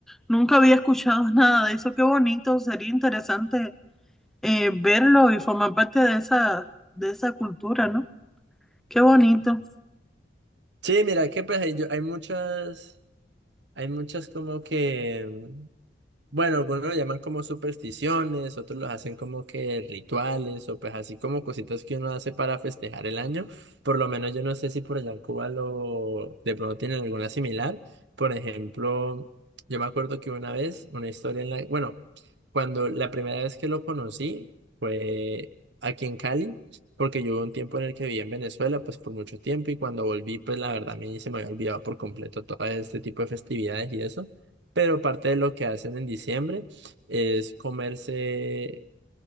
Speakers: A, in the centre; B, on the right.
A: nunca había escuchado <laughs> nada de eso. Qué bonito, sería interesante eh, verlo y formar parte de esa, de esa cultura, ¿no? Qué bonito.
B: Sí, mira que pues hay, yo, hay muchas Hay muchas como que, mm, bueno, algunos lo llaman como supersticiones, otros los hacen como que rituales o pues así como cositas que uno hace para festejar el año. Por lo menos yo no sé si por allá en Cuba lo de pronto tienen alguna similar. Por ejemplo, yo me acuerdo que una vez, una historia en la, bueno, cuando la primera vez que lo conocí fue aquí en Cali porque yo hubo un tiempo en el que viví en Venezuela, pues por mucho tiempo, y cuando volví, pues la verdad a mí se me había olvidado por completo todo este tipo de festividades y eso. Pero parte de lo que hacen en diciembre es comerse,